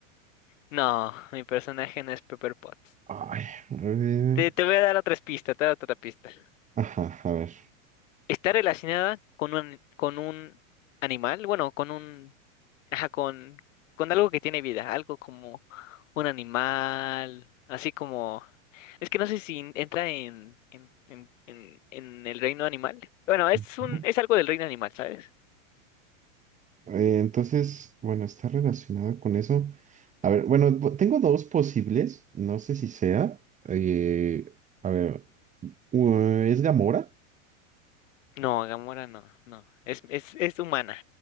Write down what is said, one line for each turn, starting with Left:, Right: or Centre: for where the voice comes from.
Left: No, mi personaje no es Pepper Potts.
Right: Ay, eh,
Left: Te, te voy a dar otras pistas, te voy a dar otra pista.
Right: ajá, a ver.
Left: Está relacionada con un con un animal, bueno, con un ajá, con con algo que tiene vida, algo como un animal, así como es que no sé si entra en en en, en, en el reino animal. Bueno, es
Right: Ujú.
Left: un es algo del reino animal, ¿sabes?
Right: Eh, entonces, bueno, está relacionado con eso. A ver, bueno, bu- tengo dos posibles, no sé si sea. eh, a ver, u- eh, ¿es Gamora?
Left: No, Gamora no, no. Es, es, es humana.